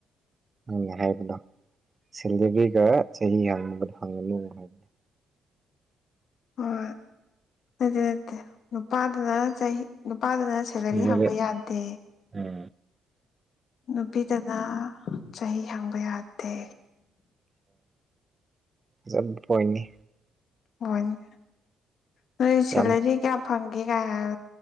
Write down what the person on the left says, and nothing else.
ꯍꯣꯏ ꯑꯗꯨꯗꯤ ꯅꯠꯇꯦ ꯅꯨꯄꯥꯗꯅ ꯆꯍꯤ ꯅꯨꯄꯥꯗꯅ ꯁꯦꯂꯔꯤ
ꯍꯪꯕ ꯌꯥꯗꯦ
ꯅꯨꯄꯤꯗꯅ ꯆꯍꯤ ꯍꯪꯕ ꯌꯥꯗꯦ
ꯑꯣꯏꯅꯦ ꯅ ꯁꯤꯂꯦꯗꯤ
ꯀꯌꯥ ꯐꯪꯒꯦ ꯀꯥꯏ ꯍꯥꯏ